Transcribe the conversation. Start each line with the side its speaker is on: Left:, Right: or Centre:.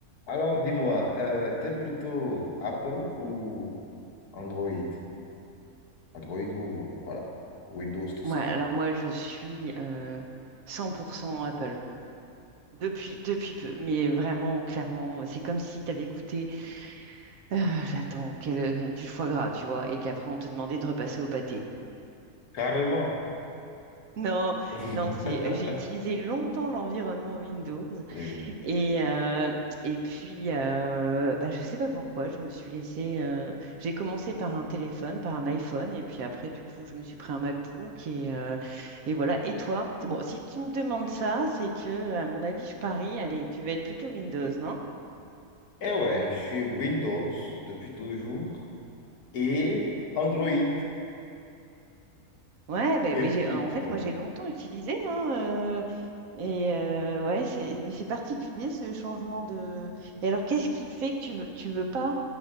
Left: Alors, dis-moi, euh, t'es plutôt Apple ou Android? Android ou, voilà, Windows, tout
Right: Ouais,
Left: ça.
Right: alors moi, je suis euh, 100% Apple. Depuis, depuis peu, mais vraiment, clairement, c'est comme si tu avais goûté, euh, j'attends, quel- du foie gras, tu vois, et qu'après, on te demandait de repasser au pâté.
Left: Carrément.
Right: Non,
Left: <laughs>
Right: non, c'est, j'ai utilisé longtemps l'environnement Windows.
Left: Oui.
Right: Et, euh, et puis, euh, bah, je sais pas pourquoi, je me suis laissée. euh, j'ai commencé par un téléphone, par un iPhone, et puis après, du coup, je me suis pris un MacBook, et, euh, et voilà. Et toi? C'est Bon, si tu me demandes ça, c'est que, à mon avis, je parie, allez, tu vas être plutôt Windows,
Left: Eh ouais, je suis Windows depuis toujours et Android.
Right: Ouais, ben,
Left: Et
Right: mais j'ai,
Left: puis,
Right: euh, en fait,
Left: bon.
Right: moi, j'ai longtemps utilisé, hein, euh, et euh, ouais, c'est, mais c'est particulier ce changement de. Et alors, qu'est-ce qui fait que tu veux, tu veux pas,